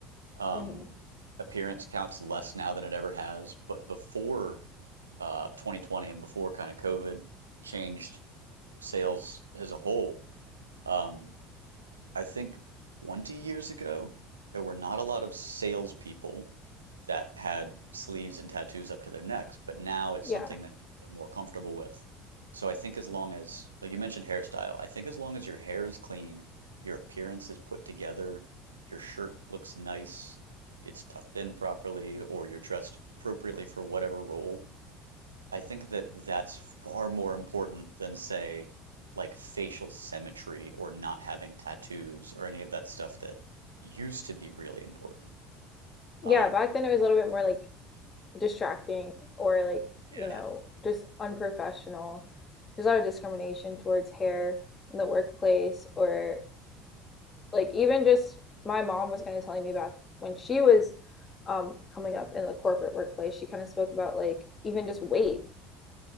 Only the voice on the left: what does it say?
hmm
Yeah.
Yeah.
Back then it was a little bit more like distracting or like you
know just unprofessional there's a lot of discrimination towards hair in the workplace or like even just my mom was kind of telling me about when she was um, coming up in the corporate workplace she kind of spoke about like even just weight